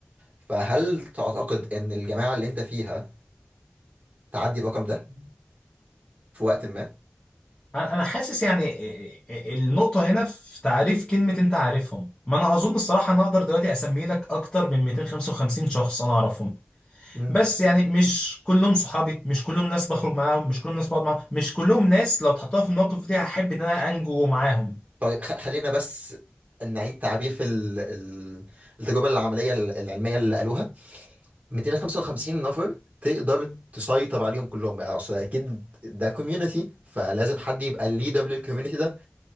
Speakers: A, on the right; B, on the left.
A: فهل تعتقد إن الجماعة اللي أنت فيها تعدي الرقم ده في وقت ما؟
B: انا أنا حاسس يعني إيه- إيه- النقطه هنا في تعريف كلمه انت عارفهم ما انا اظن الصراحه ان اقدر دلوقتي اسمي لك اكتر من 255 شخص انا اعرفهم
A: مم.
B: بس يعني مش كلهم صحابي مش كلهم ناس بخرج معاهم مش كلهم ناس بقعد معاهم مش كلهم ناس لو اتحطها في الموقف دي هحب ان انا انجو معاهم
A: طيب خ- خلينا بس نعيد تعريف ال- ال- التجربة العملية العلمية اللي قالوها 255 نفر تقدر تسيطر عليهم كلهم يعني اصل اكيد ده كوميونتي فلازم حد يبقى الليدر للكوميونتي ده